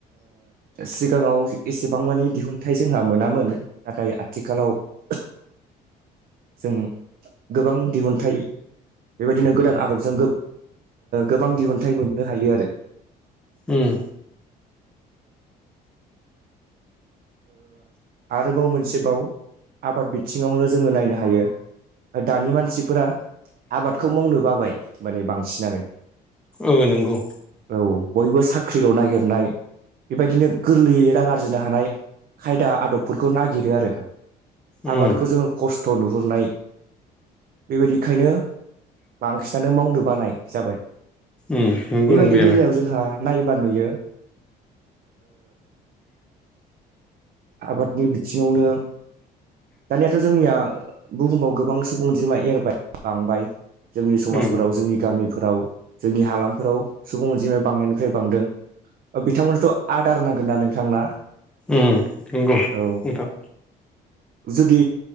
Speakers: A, on the right (about 60°); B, in the centre.
A: सिगाङाव एसेबां मानि दिहुनथाइ जोंहा मोनामोन नाथाय आथिखाल उ जों गोबां दिहुनथाइ बेबायदिनो गोदान आदबजों गोबां दिहुनथाइ मोननो हायो आरो
B: उ ओ
A: आरोबाव मोनसेबाव आबाद बिथिङावनो जोङो नायनो हायो दानि मानसिफोरा आबादखौ मावनो बाबाय माने बांसिनानो
B: औ नंगौ
A: औ बयबो साख्रिल' नागिरनाय बेबायदिनो गोरलैयै रा आरजिनो हानाय खायदा आदबफोरखौ नागिरो आरो
B: उम
A: आबादखौ जोङो खस्थ' फट' नुहुरनाय बेबायदिखायनो बांसिनानो मावनो बानाय जाबाय
B: उम नंगौ
A: बेबायदि
B: नंनायालाय
A: बेलायाव जोंहा नायोबा नुयो आबादनि बिथिङावनो दानियाथ' जोंनिया बुहुमाव गोबां सुबुं अनजिमा एरबाय बांबाय जोंनि समाजफोराव
B: उम
A: जोंनि गामिफोर फोराव जोंनि हालामफोराव सुबुं अनजिमाया बांनायनिफ्राय बांदों बिथांमोननोथ' आदार नांगोन ना नोंथांना
B: उ नंगौ
A: औ
B: नोंथां
A: जुदि